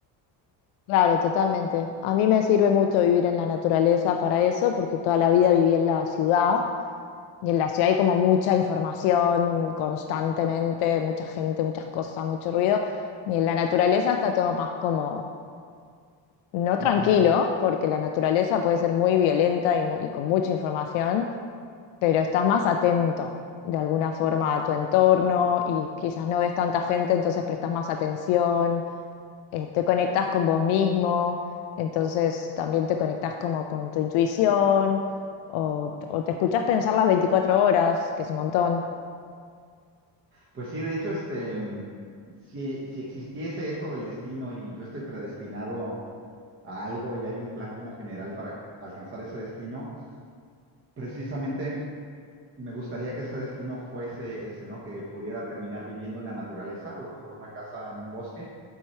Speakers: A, on the left (about 85°); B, on the right (about 25°).
A: Claro, totalmente. A mí me sirve mucho vivir en la naturaleza para eso, porque toda la vida viví en la ciudad y en la ciudad hay como mucha información constantemente, mucha gente, muchas cosas, mucho ruido. Y en la naturaleza está todo más como no tranquilo,
B: Ujú.
A: porque la naturaleza puede ser muy violenta y, mu- y con mucha información, pero estás más atento de alguna forma a tu entorno y quizás no ves tanta gente, entonces prestas más atención, eh, te conectas con vos mismo, entonces también te conectas como con tu intuición o, o te escuchas pensar las 24 horas, que es un montón.
B: Pues sí, de hecho,
A: Eh,
B: este, mm, si, si existiese esto del destino y yo estoy predestinado a algo y hay un plan como general para alcanzar ese destino, precisamente me gustaría que ese destino fuese ese, ¿no? Que pudiera terminar viviendo en la naturaleza, a lo mejor una casa en un bosque,